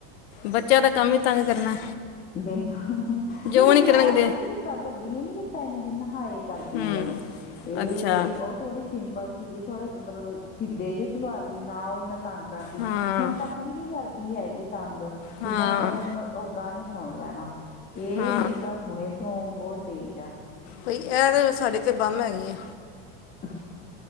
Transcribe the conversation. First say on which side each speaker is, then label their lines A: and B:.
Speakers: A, on the left; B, on the left.
A: ਬੱਚਿਆਂ ਦਾ ਕੰਮ ਹੀ ਤੰਗ ਕਰਨਾ।
B: <unintelligible> ਨਹੀਂ
A: ਜੋ ਨਹੀਂ
B: ਇੰਨਾ
A: ਕਰਨਗੇ
B: ਉਹਨੇ ਨੀ ਕੀਤਾ, ਵੱਡੀ ਨੇ ਨੀ ਕੀਤਾ। ਕਹਿੰਨਾ ਜਿੰਨਾ ਹਾਏ। ਕਰਦੀ
A: ਹਮ
B: ਆ। ਇਹ
A: ਅੱਛਾ
B: ਉਹ ਥੋੜੀ ਸਿੰਪਲ ਸੀਗੀ ਥੋੜੇ ਮਤਲਬ ਸਿੱਧੇ ਜਿਹੇ ਸੁਭਾਅ ਦੀ ਨਾ ਉਹ ਇਹਨਾਂ ਤੰਗ ਕਰਦੀ।
A: ਹਾਂ
B: ਹੁਣ ਤੱਕ ਵੀ ਨਹੀਂ ਕਰਦੀ ਹੈਗੀ। ਕੀ ਤਂਗ
A: ਹਾਂ
B: ਜਿੱਦਾਂ ਕਹਿ ਦੋ ਉਨ ਓਦਾਂ ਨੇ ਸੁਣ ਲੈਣਾ। ਇਹ
A: ਹਾਂ
B: ਨੀ ਤਾਂ ਹੁਣੇ ਤੋਂ ਬਹੁਤ ਤੇਜ ਆ।
A: ਬਈ ਇਹ ਤੇ ਸਾਡੇ ਤੇ ਬੰਮ ਹੈਗੀ ਐਂ।
B: <inaudible>